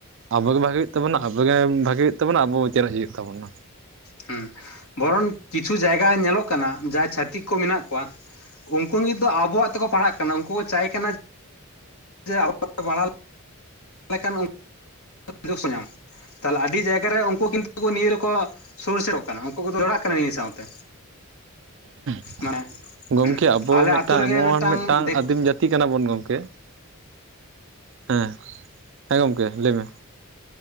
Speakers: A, on the right (about 55°); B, on the left (about 75°).
A: ᱟᱵᱚᱜᱮ ᱵᱷᱟᱜᱮᱤ ᱟᱵᱚᱜᱮ ᱵᱷᱟᱜᱮ ᱦᱩᱭᱩᱜ ᱛᱟᱵᱚᱱᱟ ᱟᱵᱚ ᱪᱮᱨᱮᱡ ᱦᱩᱭᱩᱜ ᱛᱟᱵᱚᱱᱟ᱾
B: ᱦᱩᱸ ᱵᱚᱨᱚᱱ ᱠᱤᱪᱷᱩ ᱡᱟᱭᱜᱟ ᱧᱮᱞᱚᱜ ᱠᱟᱱᱟ ᱡᱟᱦᱟᱸᱭ ᱪᱷᱟᱹᱛᱤᱠ ᱠᱚ ᱢᱮᱱᱟᱜ ᱠᱚᱣᱟ᱾ ᱩᱱᱠᱩ ᱱᱤᱛ ᱫᱚ ᱟᱵᱚᱣᱟᱜ ᱛᱮᱠᱚ ᱯᱟᱲᱦᱟᱜ ᱠᱟᱱᱟ ᱩᱱᱠᱩ ᱠᱚ ᱪᱟᱭ ᱠᱟᱱᱟ ᱡᱮ ᱟᱵᱚᱣᱟᱜ ᱯᱟᱲᱦᱟ ᱠᱷᱟᱱ <unintelligible> ᱧᱟᱢᱟ᱾ ᱛᱟᱦᱞᱮ ᱟᱹᱰᱤ ᱡᱟᱭᱜᱟ ᱨᱮ ᱩᱱᱠᱩ ᱠᱤᱱᱛᱩ ᱱᱤᱭᱟᱹ ᱨᱮᱠᱚ ᱥᱩᱨ ᱥᱮᱴᱚᱜ ᱠᱟᱱᱟ, ᱩᱱᱠᱩ ᱠᱚᱫᱚ ᱡᱚᱲᱟᱜ ᱠᱟᱱᱟ ᱱᱤᱭᱟᱹ ᱥᱟᱶᱛᱮ᱾
A: <inaudible>
B: ᱢᱟᱱᱮ
A: ᱜᱚᱝᱠᱮ ᱟᱵᱚ
B: ᱟᱞᱮ ᱟᱛᱳ
A: ᱢᱤᱫᱴᱟᱝ
B: ᱨᱮᱜᱮ
A: ᱮᱢᱚᱱ ᱢᱤᱫᱴᱟᱝ
B: ᱫᱤᱠᱩ
A: ᱟᱹᱫᱤᱢ ᱡᱟᱹᱛᱼᱼ ᱛᱤ ᱠᱟᱱᱟ ᱵᱚᱱ ᱜᱚᱢᱠᱮ! ᱦᱮᱸ ᱦᱮᱸ, ᱜᱚᱢᱠᱮ ᱞᱟᱹᱭ ᱢᱮ?